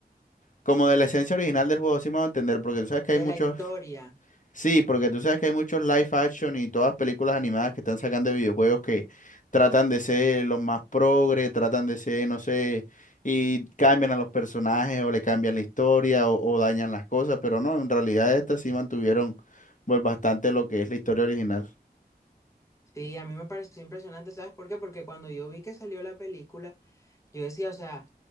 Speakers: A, on the left; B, on the left.
A: como de la esencia original del juego, sí me va a entender, porque tú sabes que hay
B: De
A: muchos
B: la historia.
A: Sí, porque tú sabes que hay muchos live action y todas películas animadas que están sacando de videojuegos que tratan de ser los más progre, tratan de ser, no sé, y cambian a los personajes o le cambian la historia o, o dañan las cosas, pero no, en realidad estas sí mantuvieron pues bastante lo que es la historia original.
B: Sí, a mí me pareció impresionante, ¿sabes por qué? Porque cuando yo vi que salió la película, Yo decía, o sea,